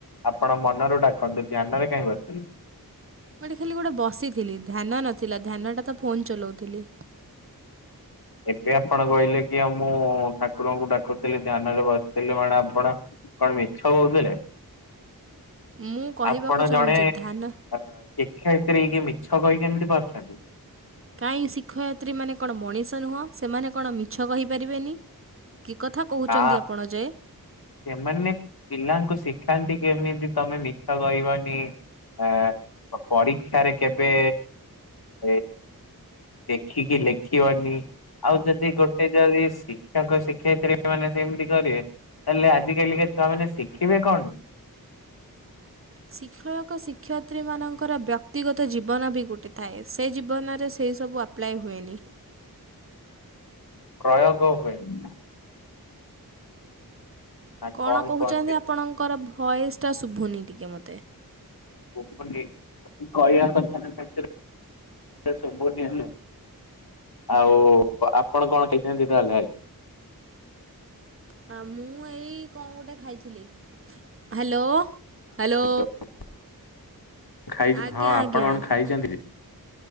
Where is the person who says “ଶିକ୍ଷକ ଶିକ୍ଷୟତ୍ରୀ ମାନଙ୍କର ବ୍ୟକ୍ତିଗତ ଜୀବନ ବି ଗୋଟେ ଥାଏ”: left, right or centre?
Right